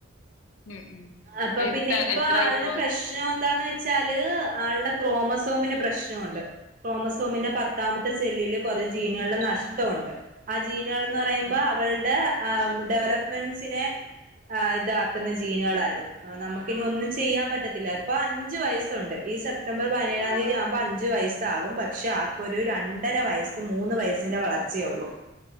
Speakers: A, on the left; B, on the right.
A: ഉം ഉം
B: അപ്പ
A: ആഹ് ഇപ്പത്തെ
B: പിന്നെ ഇപ്പൊ
A: എത്രായിപ്പോ
B: ആള്ന് പ്രശ് പ്രശ്നം എന്താന്ന് വെച്ചാല് ആള്ടെ ക്രോമസോമിന് പ്രശ്നവുണ്ട് ക്രോമസോമിന്റെ പത്താമത്തെ സെല്ലില് കൊറേ ജീന്കള്ടെ നഷ്ട്ടോണ്ട് ആഹ് ജീനുകൾ പറയുമ്പോ
A: ഉം
B: അവള്ടെ ആഹ് ഡെവലപ്മെൻസിനെ ആഹ് ഇതാക്കുന്ന ജീനുകളായിരുന്നു അവ നമുക്കിനി ഒന്നും ചെയ്യാം പറ്റത്തില്ല ഇപ്പ അഞ്ച് വയസ്സുണ്ട് ഈ സെപ്റ്റംബർ പതിനേഴാം തീയതി ആവുമ്പം അഞ്ചു വയസ്സാകും. പക്ഷെ
A: ഉം
B: ആക്കൊരു ര ണ്ടര വയസ് മൂന്ന് വയസിന്റെ വളർച്ചയൊള്ളൂ